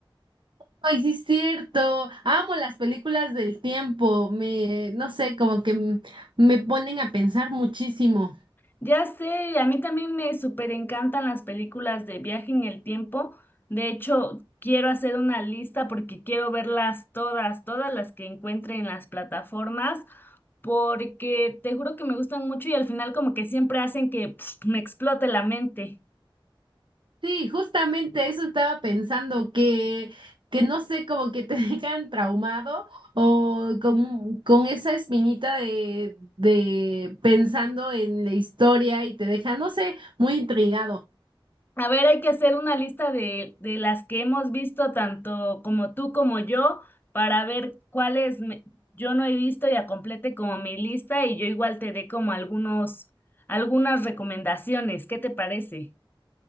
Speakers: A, on the right (about 60°); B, on the left (about 20°).
A: Ay, sí es cierto. Amo las películas del tiempo. Me, no sé, como que m- me ponen a pensar muchísimo.
B: Ya sé, a mí también me súper encantan las películas de viaje en el tiempo. De hecho, quiero hacer una lista porque quiero verlas todas, todas las que encuentre en las plataformas, porque te juro que me gustan mucho y al final como que siempre hacen que <sniffs> pf, me explote la mente.
A: Sí, justamente eso estaba pensando, que, que no sé, como que te <laughs> dejan traumado o con, con esa espinita de, de pensando en la historia y te dejan, no sé, muy intrigado.
B: A ver, hay que hacer una lista de, de las que hemos visto, tanto como tú como yo, para ver cuáles me- yo no he visto y complete como mi lista y yo igual te dé como algunos, algunas recomendaciones. ¿Qué te parece?